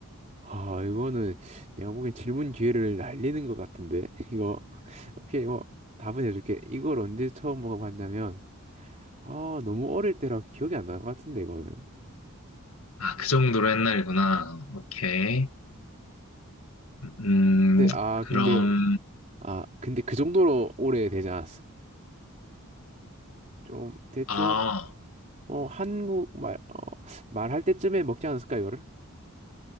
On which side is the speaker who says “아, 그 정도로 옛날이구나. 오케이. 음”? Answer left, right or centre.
Left